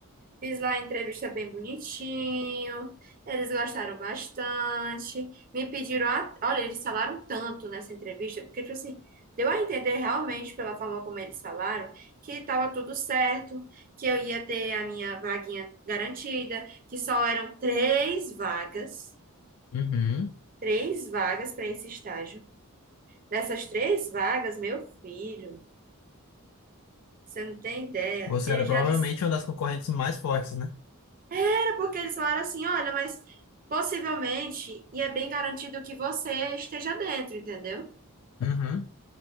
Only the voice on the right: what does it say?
fiz lá a entrevista bem bonitinho, eles gostaram bastante, me pediram, a- olha, eles falaram tanto nessa entrevista, porque, tipo assim, deu a entender realmente pela forma como eles falaram que estava tudo certo, que eu ia ter a minha vaguinha garantida, que só eram três vagas,
três vagas para esse estágio. Dessas três vagas, meu filho, você não tem ideia.
Ele
já disse,
era porque eles falaram assim, olha, mas possivelmente, e é bem garantido que você esteja dentro, entendeu?